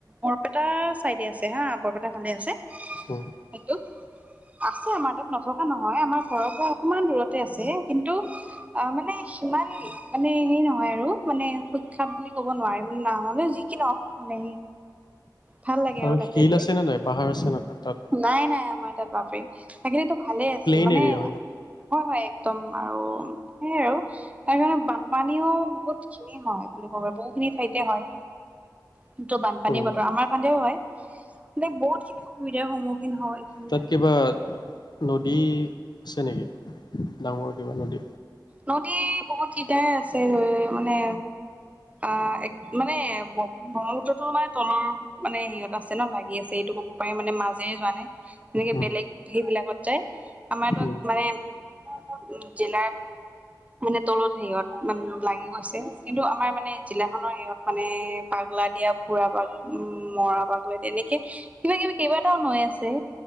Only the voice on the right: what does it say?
বৰপেটা চাইডে আছে হা। বৰপেটা ফালে আছে।
সেইটো আছে আমাৰ তাত নথকা নহয়। আমাৰ ঘৰৰ পৰা অকমান দূৰতে আছে। কিন্তু, অ' মানে সিমান মানে হেই নহয় আৰু মানে সুখ্যাত বুলি ক'ব নোৱাৰিম। ন মানে যি কি নহওক। মানে ভাল লাগে
তাতে
গৈ
নাই নাই আমাৰ তাত বাপেক। থাকিলেটো ভালেই আছিল।
মানে
হয় হয় একদম আৰু। সেইয়াই আৰু তাৰকাৰণে বানপানীও বহুত ঠাইতে হয় বুলি কব পাৰি। বহুখিনি ঠাইতে হয়। কিন্তু বানপানীৰ
আমাৰ ফালেও হয়। মানে, বহুত খিনি অসুবিধাৰ সন্মুখীন হয় এইখিনি
নদী বহুত কিতাই আছে ধৰি মানে অ' এক মানে বপ ব্ৰহ্মপুত্ৰতো মানে তলৰ মানে হেৰিয়ত আছে ন। লাগি আছে এইটো ক'ব পাৰি মানে, মাজেৰে যোৱা নাই। তেনেকে
বেলেগ সেইবিলাকত যায়, আমাৰতো
মানে জিলাৰ মানে তলত হেৰিয়ত মান লাগি গৈছে। কিন্তু আমাৰ মানে জিলাখনৰ হেৰিয়ত মানে পাগলাদিয়া, ফুৰা পাগ উম মৰা পাগলাদিয়া তেনেকৈ কিবা কিবি কেইবাটাও নৈ আছে।